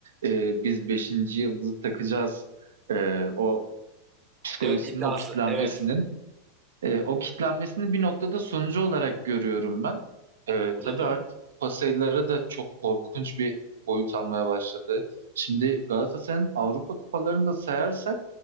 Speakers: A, on the right (about 65°); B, on the right (about 30°).
A: e, biz beşinci yıldızı takacağız e, o psikolojisinin
B: Evet iddiası.
A: o kitlenmesinin
B: Evet
A: e, o kitlenmesini bir noktada sonucu olarak görüyorum ben. E,
B: o
A: tabii
B: da doğru.
A: artık pasayları da çok korkunç bir boyut almaya başladı. Şimdi Galatasaray'ın Avrupa kupalarını da sayarsak